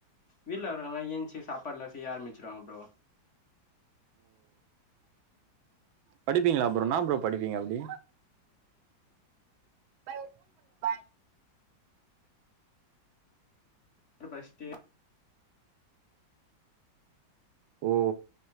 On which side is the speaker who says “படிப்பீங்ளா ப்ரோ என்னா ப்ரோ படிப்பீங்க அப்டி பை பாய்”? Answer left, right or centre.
Right